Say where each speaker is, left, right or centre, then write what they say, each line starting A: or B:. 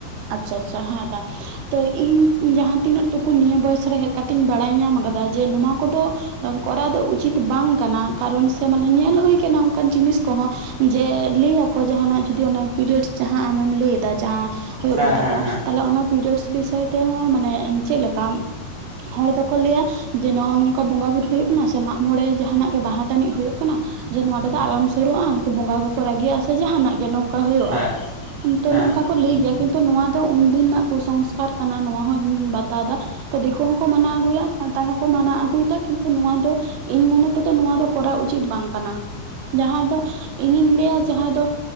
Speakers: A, on the right; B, on the right.
A: ᱟᱪ ᱪᱷᱟ ᱟᱪ ᱪᱷᱟ ᱦᱮᱸ ᱫᱟ ᱛᱚ ᱤᱧ ᱡᱟᱦᱟᱸ ᱛᱤᱱᱟᱹᱜ ᱴᱩᱠᱩᱱ ᱱᱤᱭᱟᱹ ᱵᱚᱭᱮᱥ ᱨᱮ ᱦᱮᱡ ᱠᱟᱛᱤᱧ ᱵᱟᱰᱟᱭ ᱧᱟᱢ ᱟᱠᱟᱫᱟ ᱡᱮ ᱱᱚᱣᱟ ᱠᱚᱫᱚ ᱠᱚᱨᱟᱣ ᱫᱚ ᱩᱪᱤᱛ ᱵᱟᱝ ᱠᱟᱱᱟ ᱠᱟᱨᱚᱱ ᱥᱮ ᱢᱟᱱᱮ ᱧᱮᱞ ᱦᱩᱭ ᱠᱟᱱᱟ ᱚᱱᱠᱟᱱ ᱡᱤᱱᱤᱥ ᱠᱚᱦᱚᱸ ᱡᱮ ᱞᱟᱹᱭᱟ ᱠᱚ ᱡᱟᱦᱱᱟᱜ ᱡᱩᱫᱤ ᱚᱱᱟ ᱯᱤᱨᱤᱭᱚᱰ ᱡᱟᱦᱟᱸ ᱟᱢᱮᱢ ᱞᱟᱹᱭᱮᱫᱟ ᱡᱟᱦᱟᱸ ᱦᱩᱭᱩᱜ
B: ᱦᱮᱸ
A: ᱜᱮ ᱛᱟᱠᱚᱣᱟ
B: ᱦᱮᱸ ᱦᱮᱸ
A: ᱛᱟᱞᱦᱮ ᱚᱱᱟ ᱯᱤᱨᱤᱭᱳᱰᱥ ᱵᱤᱥᱚᱭ ᱛᱮᱦᱚᱸ ᱢᱟᱱᱮ ᱪᱮᱫ ᱞᱮᱠᱟ ᱦᱚᱲ ᱫᱚᱠᱚ ᱞᱟᱹᱭᱟ ᱡᱮ ᱱᱚᱜᱼ ᱱᱚᱝᱠᱟ ᱵᱚᱸᱜᱟ ᱵᱩᱨᱩ ᱦᱩᱭᱩᱜ ᱠᱟᱱᱟ ᱥᱮ ᱢᱟᱜ ᱢᱚᱬᱮ ᱡᱟᱦᱟᱱᱟᱜ ᱜᱮ ᱵᱟᱦᱟ ᱛᱟᱱᱤᱡ ᱦᱩᱭᱩᱜ ᱠᱟᱱᱟ ᱡᱮ ᱱᱚᱣᱟ ᱴᱟᱜ ᱫᱚ ᱟᱞᱚᱢ ᱥᱩᱨᱩᱜᱼᱟ ᱱᱩᱠᱩ ᱵᱚᱸᱜᱟ ᱠᱚᱠᱚ ᱨᱟᱹᱜᱤᱜᱼᱟ ᱥᱮ ᱡᱟᱦᱟᱱᱟᱜ ᱜᱮ ᱱᱚᱝᱠᱟ ᱚᱱᱠᱟ ᱦᱩᱭᱩᱜᱼᱟ
B: ᱦᱮᱸ
A: ᱛᱚ
B: ᱦᱮᱸ
A: ᱱᱚᱝᱠᱟ ᱠᱚ ᱞᱟᱹᱭ ᱜᱮᱭᱟ ᱠᱤᱱᱛᱩ ᱱᱚᱣᱟ ᱫᱚ ᱩᱱᱫᱤᱱ ᱨᱮᱱᱟᱜ ᱠᱩ ᱥᱚᱝᱥᱠᱟᱨ ᱠᱟᱱᱟ ᱱᱚᱣᱟ ᱦᱚᱸ ᱤᱧᱤᱧ ᱵᱟᱛᱟᱣ ᱮᱫᱟ ᱛᱚ ᱫᱤᱠᱩ ᱦᱚᱸᱛᱚ ᱠᱚ ᱢᱟᱱᱟᱣ ᱟᱹᱜᱩᱭᱟ ᱥᱟᱱᱛᱟᱲ ᱦᱚᱸᱠᱚ ᱢᱟᱱᱟᱣ ᱟᱹᱜᱩᱭᱮᱫᱟ ᱠᱤᱱᱛᱩ ᱱᱚᱣᱟ ᱫᱚ ᱤᱧ ᱢᱚᱱᱮ ᱛᱮᱫᱚ ᱱᱚᱣᱟ ᱫᱚ ᱠᱚᱨᱟᱣ ᱩᱪᱤᱛ ᱵᱟᱝ ᱠᱟᱱᱟ ᱡᱟᱦᱟᱸᱭ ᱫᱚ ᱤᱧᱤᱧ ᱞᱟᱹᱭᱟ ᱡᱟᱦᱟᱸᱭ ᱫᱚ